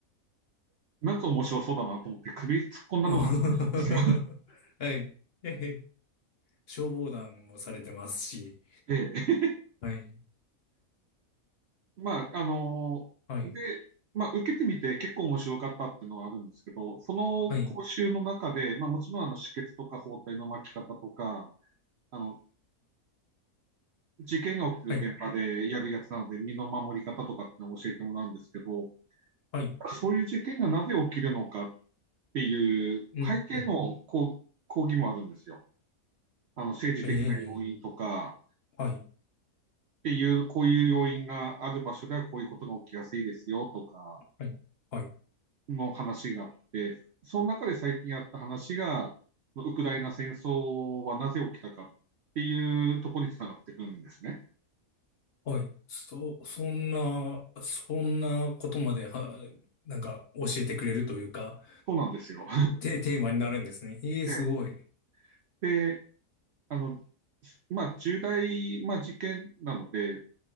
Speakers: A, on the right; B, on the left.
A: <laughs> なんか面白そうだなと思って首突っ込んだのが始まったんですよ。
B: <laughs> はい。<laughs> えへ消防団もされてますし、
A: <laughs> ええ。
B: はい、
A: まあ、あので、
B: はい、
A: まあ、受けてみて結構面白かったっていうのがあるんですけど、その講習の中で、
B: はい、
A: まあ、もちろんあの止血とか包帯の巻き方とか、あの、事件が起きてる現場でやるやつなので、
B: はい、
A: 身の守り方とかってのを教えてもらうんですけど、
B: はい、
A: そういう事件がなぜ起きるのかっていう背景の抗
B: うん、うん、
A: 議もあるんですよ。あの政治的な要因とか
B: ええはい。
A: っていう、こういう要因がある場所ではこういうことが起きやすいですよとか
B: はい。はい。
A: の話があって、その中で最近あった話が、ウクライナ戦争はなぜ起きたかっていうところにつながってくるんですね。
B: はい。そ、そんな、そんなことまで、は、なんか教えてくれるというか、
A: そうなんですよ。
B: テ、テーマになるんですね。ええ、
A: <laughs>
B: すごい。
A: で、あの、まあ、重大、まあ、事件なので、